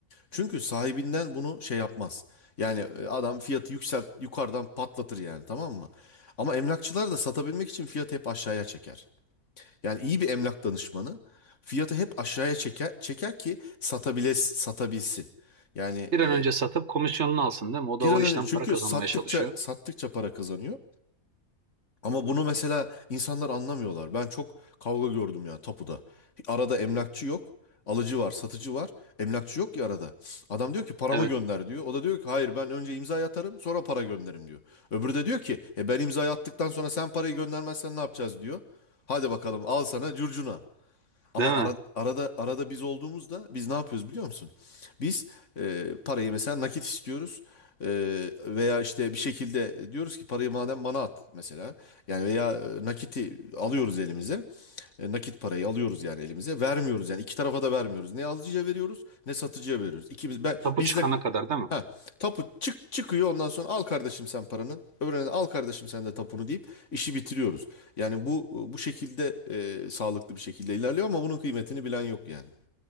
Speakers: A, on the left; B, on the right.
A: Çünkü sahibinden bunu şey yapmaz. Yani e, adam fiyatı yükselt yukarıdan patlatır yani tamam mı? Ama emlakçılar da satabilmek için fiyatı hep aşağıya çeker. Yani iyi bir emlak danışmanı fiyatı hep aşağıya çeker, çeker ki satabiles, satabilsin. Yani
B: Bir
A: e,
B: an önce satıp komisyonunu alsın değil mi? O
A: bir
B: da
A: an
B: o işten
A: önce çünkü
B: para kazanmaya
A: sattıkça
B: çalışıyor.
A: sattıkça para kazanıyor. Ama bunu mesela insanlar anlamıyorlar. Ben çok kavga gördüm ya tapuda. Arada emlakçı yok. Alıcı var, satıcı var. Emlakçı yok ya arada. Adam diyor ki paramı
B: Evet,
A: gönder diyor. O da diyor ki hayır ben önce imza atarım sonra para gönderirim diyor. Öbürü de diyor ki e ben imza attıktan sonra sen parayı göndermezsen ne yapacağız diyor. Hadi bakalım al sana curcuna. Ama
B: değil mi?
A: ara- arada arada biz olduğumuzda biz ne yapıyoruz biliyor musun? Biz e, parayı mesela nakit istiyoruz. E, veya işte bir şekilde diyoruz ki parayı madem bana at mesela. Yani veya e, nakiti alıyoruz elimize. E, nakit parayı alıyoruz yani elimize. Vermiyoruz yani iki tarafa da vermiyoruz. Ne alıcıya veriyoruz ne satıcıya veriyoruz. İkimiz ben
B: Tapu
A: biz
B: çıkana
A: de
B: kadar değil mi?
A: Ha, tapu çık çıkıyor ondan sonra al kardeşim sen paranı. Öbürüne al kardeşim sen de tapunu deyip işi bitiriyoruz. Yani bu bu şekilde e, sağlıklı bir şekilde ilerliyor ama bunun kıymetini bilen yok yani.